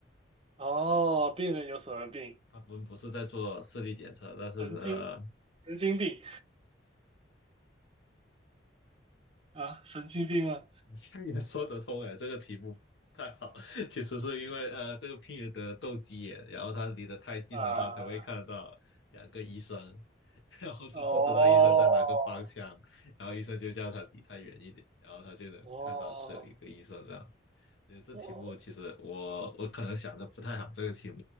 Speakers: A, on the right; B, on the left.
A: 哦，病人有什么病？
B: 他不不是在做视力检测，但是呃。
A: 神经神经病啊，神经病吗？
B: <laughs> 你这样也说得通哎，<laughs> 这个题目太好。<laughs> 其实是因为呃，这个病人得了斗鸡眼，然后他离得太近的话，
A: 啊，
B: 他会看到两个医生，<laughs> 然后他不知道医生在哪个方向，
A: 哦
B: 然后医生就叫他离他远一点，然后他就能看到只有一个医生这样子。
A: 哦
B: 我觉得这题目其实我我可能想的不太好，
A: 哦，
B: 这个题目